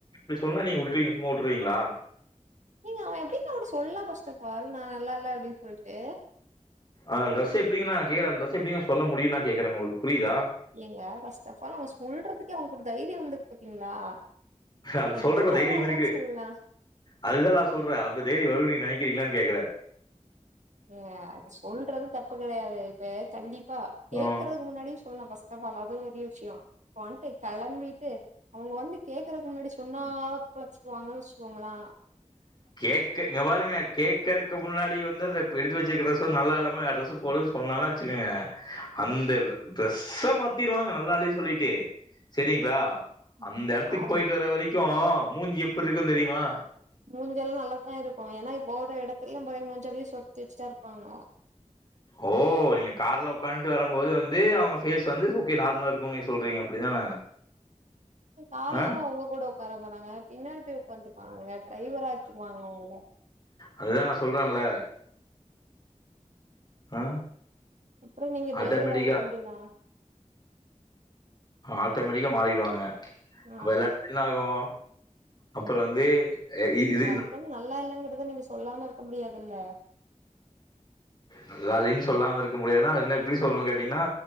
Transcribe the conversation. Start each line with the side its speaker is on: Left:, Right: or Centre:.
Left: <inaudible> சொன்னா நீங்க விட்டுவிங்க சும்மா விட்டுருவீங்களா
Right: நீங்க அவன் எப்படிபா உன்ட்ட சொல்லலாம் ஃபர்ஸ்ட் ஆஃப் ஆல் நான் நல்லா இல்ல அப்படின்னு சொல்டு
Left: அந்த ட்ரஸ் எப்படிங்கன்னா <inaudible> அந்த டிரஸ் எப்படிங்க சொல்ல முடியும் நான் கேக்குறேன் உங்களுக்கு புரியுதா
Right: எங்க பஸ்ட் ஆப் ஆல் அவ சொல்றது ங்க கூட தைரியம் வந்து பாத்தீங்களா
Left: அது சொல்ற
Right: எப்டி
Left: தைரியம்
Right: நல்லா இல்லன்னு
Left: இருக்கு
Right: சொல்லலாம்
Left: அதுதான் நான சொல்றேன் அப்ப தைரிய வரு நினைக்க இருகிங்களான்னு கேக்குற
Right: ஏ அது சொல்றது தப்பு கெடையாது இப்ப கண்டிப்ப பா கேடக்குறக்கு
Left: ம்.
Right: முன்னாடி சொல்ம் பஸ்ட் இப்ப வல அது வெரிய விஷயம் வண்டே கிளம்பி அவங்க வந்து கேக்குறக்கு முன்னாடி சொன்னா பிழைச்சுக்குவாங்கன்னு வச்சுக்கோங்கலே
Left: கேக்க இங்கபாருங்க கேக்கறக்கு முன்னாடி வந்து அந்த இப்ப எடுத்து வச்சுக்க டரெஸ் நல்லா இல்லாம வேற டிரெஸ் போடுதுன்ன சொன்னச்சுக்கோங்க அந்த டரெஸ் மாத்திருவாங்க நல்லஇல்லனு சொல்லிட்டு சரிங்களா
Right: ம்
Left: அந்த இடத்துக்கு
Right: ஆ
Left: போயிட்டு வர வரைக்கும் மூஞ்சு எப்டி இருக்குன்னு தெரியுமா
Right: மூஞ்செல்லாம் நல்லாத்தான் இருக்கும் ஏன்னா இப்ப போற இடத்துலயும் போய் மூஞ்சாவையும் சுரத்தி வச்சுட்டா இருப்பாங்க
Left: ஓ நீங்க கார்ல உட்காந்துட்டு வரும்போது வந்து அவங்க பேஸ் வந்து ஓகே நார்மலா இருக்கும் சொல்றீங்க அப்படிதான?
Right: ஏன் காலையிலா
Left: ஆ,
Right: உங்க கூட ஒக்கார போறாங்க பின்னாடி போய் ஒக்காந்துப்பாங்க டிரைவரா ஆக்கிருவாங்க உங்கள
Left: அதுதா நா சொல்றேன்ல ஆ
Right: அப்பறோம் நீங்க
Left: ஆட்டோமேட்டிக்கா
Right: டிரைவர் ஆயிட வேண்டியதா
Left: ஆட்டோமேட்டிக்கா மாறிடுவாங்க
Right: ஆ
Left: அப்ப எல்லா என்னாகோ அப்பறோம் வந்து அ இ
Right: நீங்க
Left: இது
Right: அதுக்குன்னு நல்லா இல்லங்குறத நீங்க சொல்லாமயிருக்க முடியாதுல்ல
Left: நல்லாலின்னு சொல்லாமயிருக்க முடியாதுன்னா என்ன எப்டி சொல்லணோ கேட்டீங்கன்னா